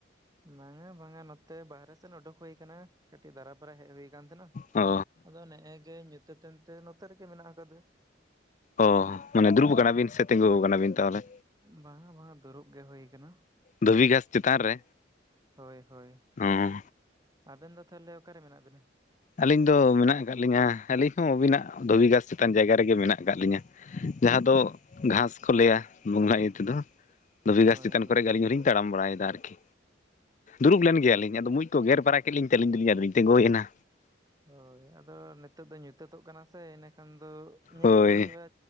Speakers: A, on the right; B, on the left.
A: ᱵᱟᱝᱟ ᱵᱟᱝᱟ ᱱᱚᱛᱮ ᱵᱟᱦᱨᱮ ᱥᱮᱫ ᱩᱰᱩᱠ ᱦᱩᱭ ᱟᱠᱟᱱᱟ ᱠᱟᱹᱴᱤᱡ ᱫᱟᱨᱟᱵᱟᱨᱟᱭ ᱦᱮᱡ ᱦᱩᱭ ᱟᱠᱟᱱ ᱛᱟᱦᱮᱸ
B: ᱚ
A: ᱟᱫᱚ ᱱᱮᱼᱮᱼᱜᱮ ᱧᱩᱛᱟᱹᱛ ᱮᱱᱛᱮ ᱱᱚᱛᱮ ᱨᱮᱜᱮ ᱢᱮᱱᱟᱜ ᱟᱠᱟᱫᱟ
B: ᱚ ᱢᱟᱱᱮ ᱫᱩᱲᱩᱵ ᱟᱠᱟᱱᱟ ᱵᱤᱱ ᱥᱮ ᱛᱤᱸᱜᱩ ᱟᱠᱟᱱᱟ ᱵᱤᱱ ᱛᱟᱦᱚᱞᱮ?
A: ᱵᱟᱝᱟ ᱵᱟᱝᱟ ᱫᱩᱲᱩᱵ ᱜᱮ ᱦᱩᱭ ᱟᱠᱟᱱᱟ᱾
B: ᱫᱷᱩᱵᱤ ᱜᱷᱟᱥ ᱪᱮᱛᱟᱱ ᱨᱮ᱾
A: ᱦᱳᱭ ᱦᱳᱭ
B: ᱚᱸ
A: ᱟᱵᱮᱱ ᱫᱚ ᱛᱟᱦᱚᱞᱮ ᱚᱠᱟᱨᱮ ᱢᱮᱱᱟᱜ ᱵᱮᱱᱟ?
B: ᱟᱹᱞᱤᱧ ᱫᱚ ᱢᱮᱱᱟᱜ ᱟᱠᱟᱫ ᱞᱤᱧᱟᱹ ᱟᱹᱞᱤᱧ ᱦᱚᱸ ᱟᱹᱵᱤᱱᱟᱜ ᱫᱷᱩᱵᱤ ᱜᱷᱟᱥ ᱪᱮᱛᱟᱱ ᱡᱟᱭᱜᱟ ᱨᱮᱜᱮ ᱢᱮᱱᱟᱜ ᱟᱠᱟᱫ ᱞᱤᱧᱟᱹ᱾ ᱡᱟᱦᱟᱸ ᱫᱚ ᱜᱷᱟᱥ ᱠᱚ ᱞᱟᱹᱭᱟ ᱵᱚᱸᱜᱟ ᱤᱭᱟᱹ ᱛᱮᱫᱚ ᱫᱷᱩᱵᱤ ᱜᱷᱟᱥ
A: ᱦᱳᱭ
B: ᱪᱮᱛᱟᱱ
A: ᱦᱳᱭ
B: ᱠᱚᱨᱮ ᱜᱮ ᱟᱞᱤᱧ ᱦᱚ ᱞᱤᱧ ᱛᱟᱲᱟᱢ ᱵᱟᱲᱟᱭᱮᱫᱟ ᱟᱨᱠᱤ᱾ ᱫᱩᱨᱩᱵ ᱞᱮᱱ ᱜᱮᱭᱟᱞᱤᱧ ᱟᱫᱚ ᱢᱩᱡᱽ ᱠᱚ ᱜᱮᱨ ᱵᱟᱨᱟ ᱠᱮᱫ ᱞᱤᱧ ᱛᱮ ᱟᱞᱤᱧ ᱟᱫᱚᱞᱤᱧ ᱛᱤᱸᱜᱩᱭᱮᱱᱟ᱾
A: ᱦᱳᱭ ᱟᱫᱚ ᱱᱤᱛᱳᱜ ᱫᱚ ᱧᱩᱛᱟᱹᱛᱚᱜ ᱠᱟᱱᱟ ᱥᱮ ᱮᱱᱟᱹᱠᱷᱟᱱ ᱫᱚ ᱧᱮᱞ
B: ᱦᱳᱭ
A: ᱠᱚ ᱦᱩᱭᱩᱜᱼᱟ᱾